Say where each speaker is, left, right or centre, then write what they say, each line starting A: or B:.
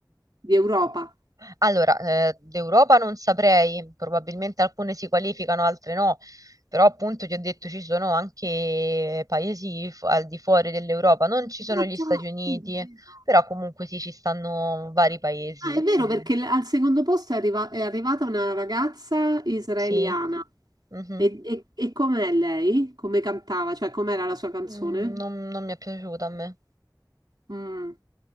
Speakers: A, on the right; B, on the right.
A: di Europa.
B: Allora, eh, d'Europa non saprei, probabilmente alcune si qualificano, altre no, però appunto ti ho detto ci sono anche paesi fu- al di fuori dell'Europa, non ci sono
A: Ah
B: gli
A: già,
B: Stati Uniti,
A: è vero, è vero.
B: però comunque sì, ci stanno vari paesi.
A: Ah, è vero,
B: eh.
A: perché l- al secondo posto è, arriva- è arrivata una ragazza israeliana.
B: Sì. mhm.
A: E, e, e com'è lei? Come cantava? Cioè, com'era la sua canzone?
B: Mm, non, non mi è piaciuta a me.
A: Mm.